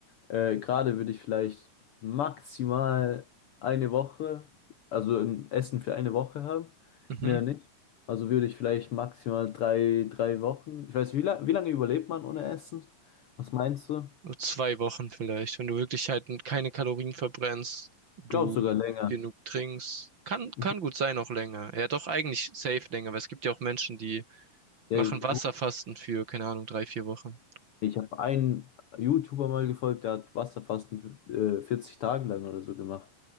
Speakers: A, on the left; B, on the right.
A: äh, gerade würde ich vielleicht maximal eine Woche, also ein Essen für eine Woche haben,
B: Mhm.
A: mehr nicht. Also würde ich vielleicht maximal drei, drei Wochen. Ich weiß, wie, la wie lange überlebt man ohne Essen? Was meinst du?
B: Nur Zwei
A: Ich
B: Wochen vielleicht, wenn du wirklich halt keine Kalorien verbrennst, du
A: glaube sogar länger.
B: genug trinkst. Kann,
A: Ich,
B: kann gut sein, auch länger. Ja, doch eigentlich safe länger, weil es gibt ja auch Menschen, die
A: ja,
B: machen
A: ich,
B: Wasserfasten für, keine Ahnung, drei, vier Wochen.
A: Ich habe einen YouTuber mal gefolgt, der hat Wasserfasten äh, 40 Tage lang oder so gemacht.